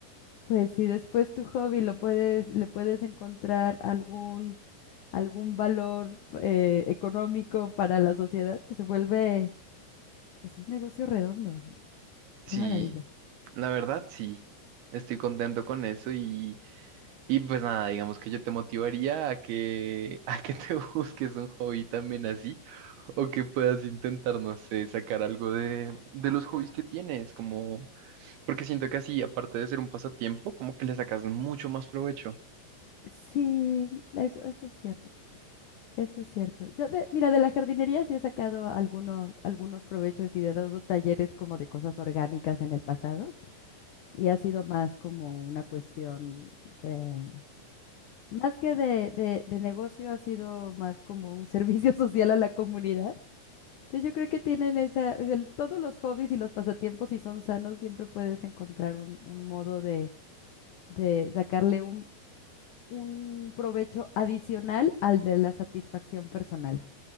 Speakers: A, on the left; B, on the right.
A: pues si después tu hobby lo puedes, le puedes encontrar algún algún valor eh, económico para la sociedad, pues se vuelve pues un negocio redondo.
B: Sí,
A: Qué maravilla.
B: la verdad, sí. Estoy contento con eso y, y pues nada, digamos que yo te motivaría a que, <laughs> a que te busques un hobby también así o que puedas intentar, no sé, sacar algo de, de los hobbies que tienes, como Porque siento que así, aparte de ser un pasatiempo, como que le sacas mucho más provecho.
A: Sí, eso, eso es cierto. Eso es cierto. Yo de, mira, de la jardinería sí he sacado algunos, algunos provechos y he dado talleres como de cosas orgánicas en el pasado. Y ha sido más como una cuestión de, más que de, de de negocio, ha sido más como un servicio <laughs> social a la comunidad. Entonces yo creo que tienen esa, o sea, el- todos los hobbies y los pasatiempos, si son sanos, siempre puedes encontrar un, un modo de, de sacarle un, un provecho adicional al de la satisfacción personal.